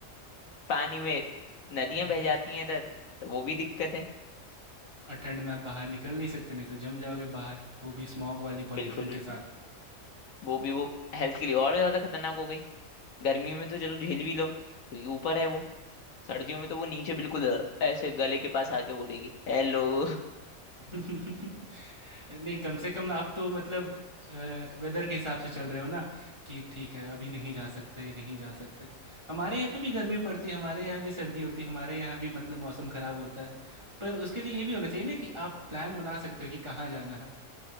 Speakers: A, on the left (about 80°); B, on the right (about 20°).
A: पानी में नदियां
B: <laughs>
A: बह जाती हैं इधर तो वो भी दिक्कत है
B: और ठंड में आप बाहर निकल नहीं सकते नहीं तो जम जाओगे बाहर वो भी स्मॉग वाली पॉल्यूशन
A: बिल्कुल भी-
B: के साथ
A: वो भी वो हेल्थ के लिए और ज्यादा खतरनाक हो गई गर्मी में तो चलो झेल भी लो क्योंकि ऊपर है वो सर्दियों में तो वो नीचे बिल्कुल ऐसे गले के पास आके बोलेगी हेलो <laughs>
B: <laughs> नहीं कम से कम आप तो मतलब वेदर के हिसाब से चल रहे हो ना कि ठीक है अभी नहीं जा सकते नहीं जा सकते हमारे यहाँ भी गर्मी पड़ती है हमारे यहाँ भी सर्दी होती है हमारे यहाँ भी मतलब मौसम ख़राब होता है पर उसके लिए ये भी होना चाहिए ना कि आप प्लान बना सकते हो कि कहाँ जाना है